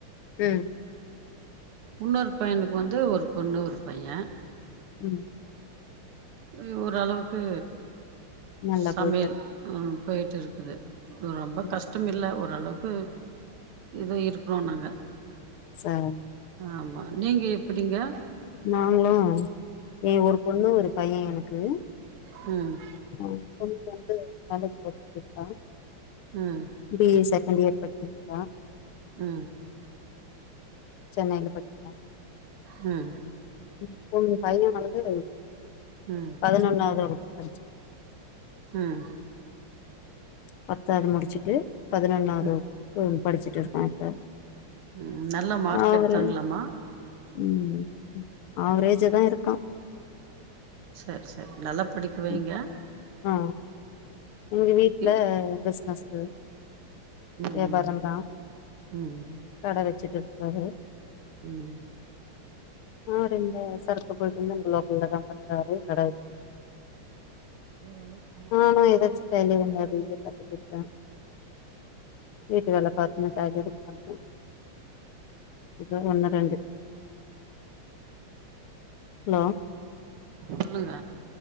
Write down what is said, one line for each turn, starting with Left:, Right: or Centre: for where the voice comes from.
Left: ம்
Right: உன்னொரு பையனுக்கு வந்து ஒரு பொண்ணு ஒரு பைய
Left: ம்
Right: ம் ஓரளவுக்கு
Left: நல்லா
Right: சமையல்
Left: போயிட்டு
Right: ம் போய்ட்டு இருக்குது ரொம்ப
Left: இருக்கு
Right: கஷ்டம் இல்ல ஓரளவுக்கு இதோ இருக்கொறோ நாங்க
Left: சார்
Right: ஆமா நீங்க எப்டிங்க
Left: நாங்ளும் என் ஒரு பொண்ணு ஒரு பையன் எனக்கு
Right: ம்
Left: அ பொண்ணுங்க வந்து காலேஜ் படிச்சிட்டு இருக்கா
Right: ம்
Left: பி ஏ செகண்ட் இயர் படிச்சிட்ருக்கா
Right: அ
Left: சென்னையில படிக்கிதா
Right: ம்
Left: ம் ம் பையே வந்து
Right: ம். ம்.
Left: பதினொன்னாவது வகுப்பு படிச்சிட்
Right: ம்
Left: பத்தாது முடிச்சுட்டு பதினொன்னாவது
Right: ம்.
Left: வகுப்பு படிச்சுட்டு இருக்கா இப்ப
Right: ம் நல்ல மார்க்
Left: அவரு
Right: எடுத்தாங்களாம்மா
Left: ம் ம் ஆவ்ரேஜாதா இருக்கா
Right: செர் செர் நல்லா படிக்க வைங்க
Left: ம் ஆ எங்க வீட்டுல
Right: இ
Left: பிசினஸ்ஸு
Right: ம்.
Left: வியாபாரந்தா
Right: ம்
Left: கட வெச்சுட்டு இருக்காரு
Right: ம்
Left: ஆ அவரு இந்த சரக்கு போய்ட்டு வந்து இங்க லோக்கல்ல தா பண்றாரு கட வெச்சு
Right: ஓரளவுக்
Left: ஆ நா எதாச்சு வேல அது இதுன்னு பாத்துட்டு இருப்ப வீட்டு வேல பாத் உனக்காக ரெடி பண்றே இப்பதா ஒன்னு ரெண்டு ஹலோ
Right: சொல்லுங்க